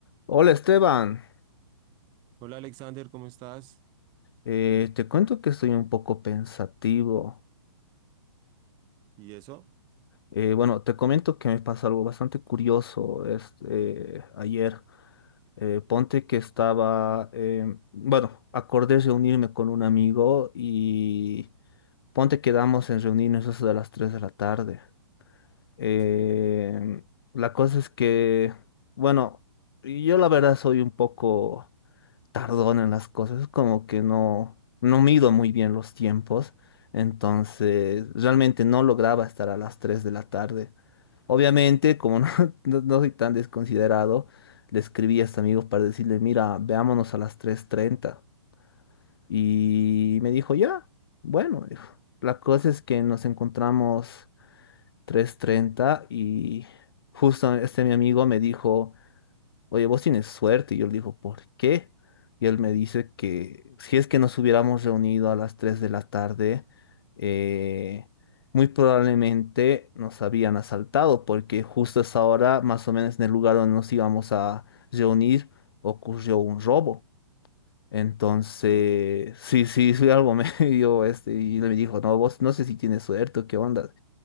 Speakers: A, on the left; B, on the right.
A: Hola Esteban,
B: Hola Alexander, ¿cómo estás?
A: Eh, te cuento que estoy un poco pensativo.
B: ¿Y eso?
A: Eh, bueno, te comento que me pasó algo bastante curioso es- eh, ayer. Eh, ponte que estaba, em, bueno, acordé reunirme con un amigo y ponte quedamos en reunirnos eso de las 3 de la tarde. Em,
B: Sí.
A: la cosa es que, bueno, yo la verdad soy un poco tardón en las cosas, como que no, no mido muy bien los tiempos, entonces realmente no lograba estar a las 3 de la tarde. Obviamente, como no, <laughs> no- no soy tan desconsiderado, le escribí a este amigo para decirle, mira, veámonos a las tres treinta Y me dijo, ya, bueno, dijo. La cosa es que nos encontramos tres treinta y justo este mi amigo me dijo, oye, vos tienes suerte. Y yo le digo, ¿por qué? Y él me dice que si es que nos hubiéramos reunido a las 3 de la tarde, eh, muy probablemente nos habían asaltado, porque justo a esa hora, más o menos en el lugar donde nos íbamos a reunir, ocurrió un robo. Entonces,
B: Oh,
A: sí, sí, soy algo <laughs> medio, este, y él me dijo, no, vos no sé si tienes suerte o qué onda.